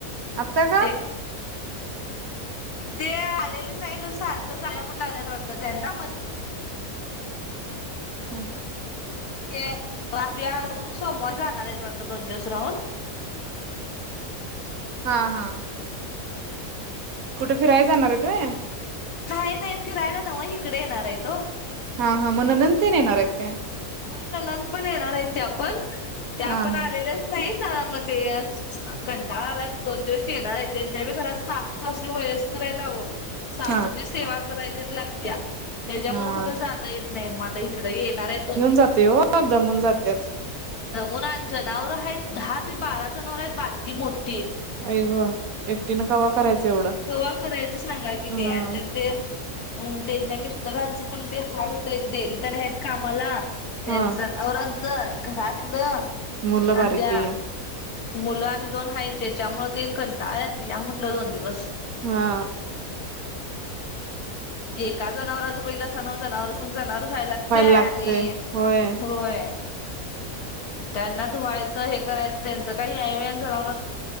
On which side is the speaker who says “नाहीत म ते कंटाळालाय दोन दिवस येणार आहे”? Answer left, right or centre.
Left